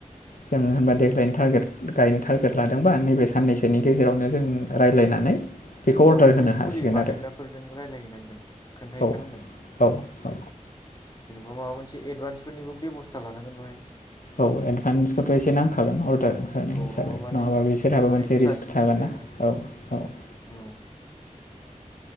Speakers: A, on the left (about 75°); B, on the left (about 30°).
A: जों होनबा देग्लायनि टारगेट गायनो टारगेट लादोंबा नैबे साननैसोनि गेजेरावनो जों रायज्लायनानै बेखौ
B: औ
A: अर्डार होनो
B: बै
A: हासिगोन
B: फुलि बानायग्राफोरजों
A: आरो
B: रायलायहैनांगोन खोनथाहैखानांगोन
A: औ औ औ
B: जेनेबा माबा मोनसे एदभान्सफोरनिबो बेबस्था लानांगोन बाहाय
A: औ एडभान्सखौथ एसे नांखागोन अर्डार होनाय
B: औ
A: हिसाबै नङाबा
B: नों
A: बिसोरहाबो
B: ओरै
A: मोनसे
B: ट्रास्ट
A: रिस्क
B: इसु
A: थागोन
B: जायोना
A: ना औ औ <inaudible>
B: औ